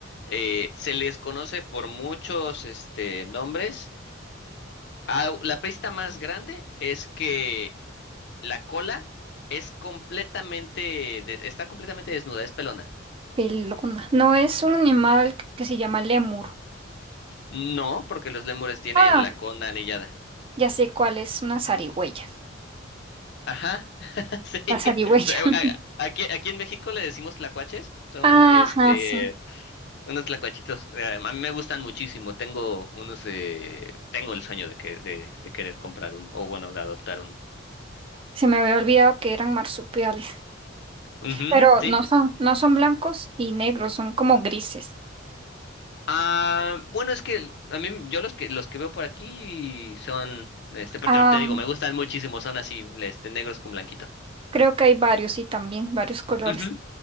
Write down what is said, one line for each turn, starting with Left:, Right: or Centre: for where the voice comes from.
Left: Eh, se les conoce por muchos, este, nombres. Au- la pista más grande es que La cola es completamente, de- está completamente desnuda, es pelona.
Right: Pelona. No es un animal que se llama lémur.
Left: No, porque los lémures tienen
Right: Ah,
Left: la
Right: Sí,
Left: cola anillada.
Right: ya sé cuál es, una zarigüeya.
Left: Ajá, <laughs> sí.
Right: La zarigüeya.
Left: O sea,
Right: <laughs>
Left: a- a- Aquí, aquí en México le decimos tlacuaches, son
Right: Ajá,
Left: este,
Right: sí.
Left: unos tlacuachitos. eh, A mí me gustan muchísimo, tengo unos, eh, tengo el sueño de que, de, de querer comprar uno, o bueno, de adoptar uno.
Right: Se me había olvidado que eran marsupiales.
Left: Ujú,
Right: Pero
Left: sí,
Right: no son, no son blancos y negros, son como grises.
Left: Ah, bueno, es que a mí, yo los que los que veo por aquí son, este, pero
Right: Ah,
Left: te, te digo, me gustan muchísimo, son así, este, negros con blanquito.
Right: creo que hay varios y también varios colores.
Left: Ujú.